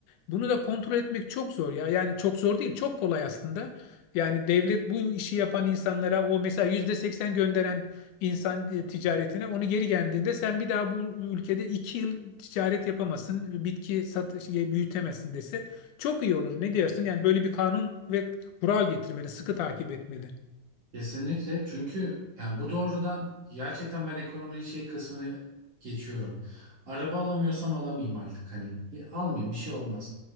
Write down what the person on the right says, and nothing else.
Kesinlikle çünkü yani bu doğrudan gerçekten ben ekonominin şey kısmını geçiyorum. Araba alamıyorsam alamayayım artık hani E, almayayım bir şey olmaz.